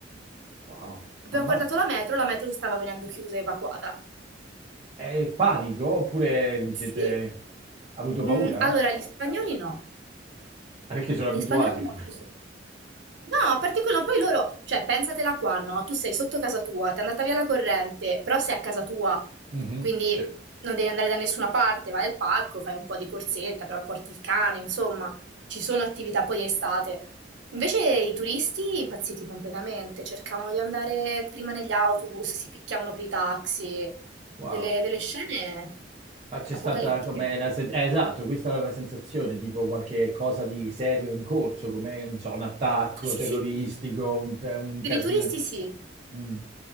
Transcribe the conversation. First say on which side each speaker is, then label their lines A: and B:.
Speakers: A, on the right (about 35°); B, on the right (about 80°).
A: Wow,
B: Abbiamo
A: ammazza.
B: guardato la metro, la metro stava venendo chiusa e evacuata.
A: È il panico oppure vi siete
B: Sì,
A: ha avuto paura?
B: mm, allora gli spagnoli no.
A: Ah, Perché sono abituati.
B: Gli spagnoli molto
A: <laughs>
B: sì. No, particolare, poi loro, cioè, pensatela qua, no? Tu sei sotto casa tua, ti è andata via la corrente, però sei a casa tua,
A: Mhm.
B: quindi
A: Sì.
B: non devi andare da nessuna parte, vai al parco, fai un po' di corsetta, però porti il cane, insomma, ci sono attività poi estate. Invece i turisti impazziti completamente, cercavano di andare prima negli autobus, si picchiavano per i taxi,
A: Wow.
B: delle, delle scene
A: Ma c'è
B: apocalittiche.
A: stata come la sen- eh, esatto, questa era la sensazione, tipo qualche cosa di serio in corso, come, non so, un attacco
B: Sì,
A: terroristico,
B: sì, sì, sì.
A: un, te- un
B: Per
A: casino.
B: i turisti sì.
A: Mm.